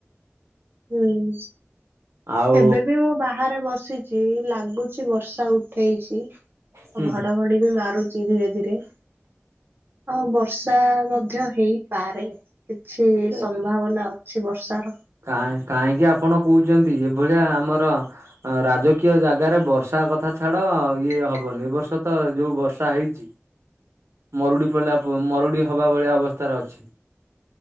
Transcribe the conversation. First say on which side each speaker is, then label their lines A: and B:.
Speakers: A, on the right; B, on the right.
A: ହୁଁ
B: ଆଉ
A: ଏବେ ବି ମୁଁ ବାହାରେ ବସିଛି। ଲାଗୁଛି ବର୍ଷା ଉଠେଇଛି ଆଉ
B: ହୁଁ
A: ଘଡଘଡି ବି ମାରୁଛି ଧୀରେ ଧୀରେ ହଁ ବର୍ଷା ମଧ୍ୟ ହେଇପାରେ କିଛି
B: ଏ।
A: ସମ୍ଭାବନା ଅଛି ବର୍ଷାର।
B: କାହିଁ କାହିଁକି ଆପଣ କହୁଛନ୍ତି? ଭଳିଆ ଆମର ରାଜକୀୟ ଜାଗାରେ ବର୍ଷା କଥା ଛାଡ ଇଏ ହବନି ଏ ବର୍ଷ ତ ଯୋଉ ବର୍ଷା ହେଇଛି ମରୁଡ଼ି ପଡ଼ିଲା ପ ମରୁଡ଼ି ହେବା ଭଳିଆ ଅବସ୍ଥାରେ ଅଛି।